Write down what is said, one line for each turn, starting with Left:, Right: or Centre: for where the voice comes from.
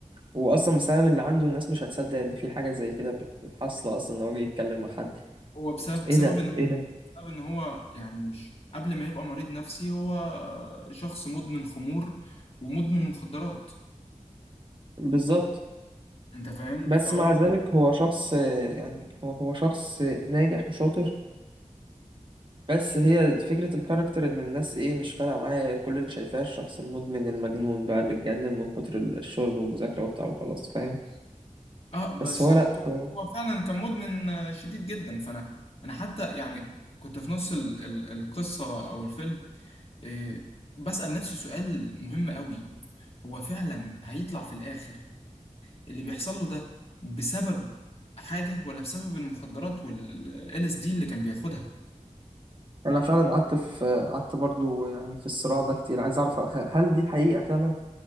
Right: واصلا بسبب اللي عنده الناس مش هتصدق ان في حاجه زي كده بت- حاصله اصلا لو جه يتكلم مع حد
Left: هو بسبب
Right: ايه
Left: بسبب
Right: ده
Left: ان
Right: ايه ده
Left: بسبب ان هو يعني مش قبل ما يبقى مريض نفسي هو شخص مدمن خمور ومدمن مخدرات
Right: بالظبط
Left: انت فاهم
Right: بس
Left: فهو
Right: مع ذلك هو شخص آه، يعني هو هو شخص آه، ناجح وشاطر بس هي فكره الكاركتر ان الناس ايه مش فارقه معايا كل اللي شايفاه الشخص المدمن المجنون بقى اللي اتجنن من كتر الشرب والمذاكره وبتاع وخلاص فاهم
Left: اه بس
Right: بس هو لا هو
Left: هو فعلا كان مدمن آه، شديد جدا فانا انا حتى يعني كنت في نص ال ال القصه او الفيلم آه، بسأل نفسي سؤال مهم قوي هو فعلا هيطلع في الاخر اللي بيحصل له ده بسبب حاجه ولا بسبب المخدرات وال LSD اللي كان بياخدها
Right: انا فعلا قعدت في قعدت برضو يعني في الصراع ده كتير عايز اعرف هل هل دي حقيقه فعلا